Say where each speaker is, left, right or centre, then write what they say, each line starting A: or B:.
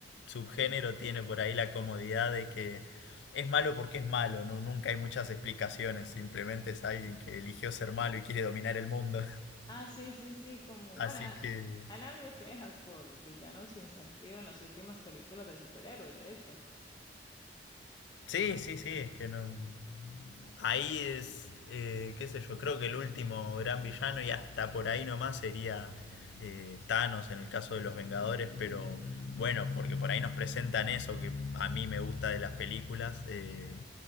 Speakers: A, on the left; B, on the left.
A: subgénero
B: Ay,
A: tiene por ahí la comodidad de que es malo porque es malo, ¿no? Nunca hay muchas explicaciones, simplemente es alguien que eligió ser malo y quiere dominar el mundo. <laughs>
B: Ah, sí, sí, sí, como,
A: Así
B: bueno, al-
A: que...
B: han habido quejas por villanos sin sentido en las últimas películas de superhéroes, de hecho.
A: Sí, sí, sí, es que no. Ahí es, eh, qué sé yo, creo que el último gran villano y hasta por ahí nomás sería eh, Thanos en el caso de los Vengadores, pero bueno, porque por ahí nos presentan eso que a mí me gusta de las películas, eh,